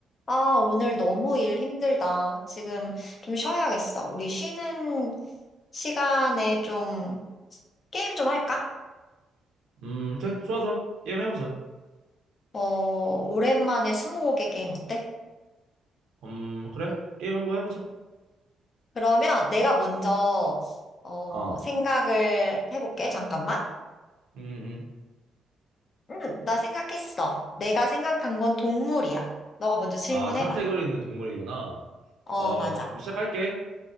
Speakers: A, on the left; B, on the right.
A: 아, 오늘 너무 일 힘들다. 지금 좀 쉬어야겠어. 우리 쉬는 시간에 좀 게임 좀 할까?
B: 음, 그래, 좋아, 좋아. 게임 해보자.
A: 어, 오랜만에 스무고개 게임 어때?
B: 음, 그래, 게임 한번 해보자.
A: 그러면 내가 먼저 어,
B: 어,
A: 생각을 해볼게. 잠깐만.
B: 음, 음, 음.
A: 응, 나 생각했어. 내가 생각한 건 동물이야. 너가 먼저 질문해봐.
B: 아, 카테고리 있는 동물이구나.
A: 어,
B: 어,
A: 맞아.
B: 그럼 시작할게.